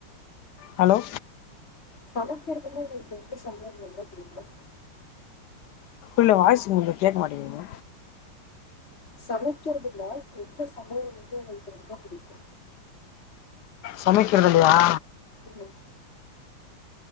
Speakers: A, on the left; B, on the left.
A: ஹலோ
B: சமைக்கறதுல ஒங்ளுக்கு எந்த சமையல் ரொம்ப புடிக்கு
A: இல்ல வாய்ஸ் ஒங்ள்து கேக்க மாட்டேங்கிது
B: சமைக்கிறதுல எந்த சமயல் வந்து ஒங்ளுக்கு ரொம்ப புடிக்கு
A: சமைக்கிறதுலயா
B: ம்